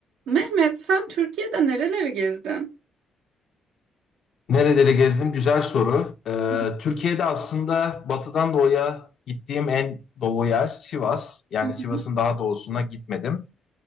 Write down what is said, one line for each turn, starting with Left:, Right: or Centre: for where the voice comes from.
Right: Mehmet, sen Türkiye'de nereleri gezdin?
Left: Nereleri gezdim? Güzel soru. Ee,
Right: <laughs>
Left: Türkiye'de aslında batıdan doğuya gittiğim en doğu yer Sivas. Yani
Right: Hı hı.
Left: Sivas'ın daha doğusuna gitmedim.